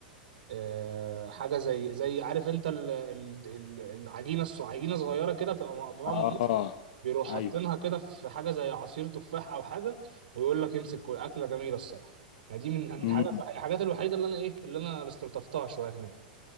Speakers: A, on the right (about 80°); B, on the left (about 65°).
A: آه، حاجه زي زي عارف انت ال- ال- ال- العجينه الص- عجينه صغيره كده بتبقى مقطوعه
B: اه
A: من النص بيروح
B: ايوه
A: حاطينها كده في حاجه زي عصير تفاح او حاجه ويقول لك امسك كل اكله جميله الصراحه يعني دي من من
B: امم
A: حاجه الحاجات الوحيده اللي انا ايه اللي انا استلطفتها شويه هناك